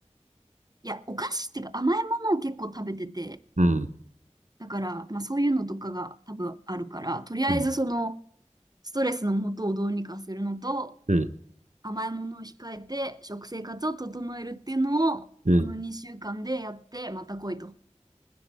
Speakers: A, on the right; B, on the right.
A: いや、お菓子っていうか甘いものを結構食べてて、
B: うん。
A: だから、まあそういうのとかが多分あるから、とりあえずその、
B: うん。
A: ストレスの元をどうにかするのと、
B: うん。
A: 甘いものを控えて食生活を整えるっていうのを、
B: うん。
A: この2週間でやって、また来いと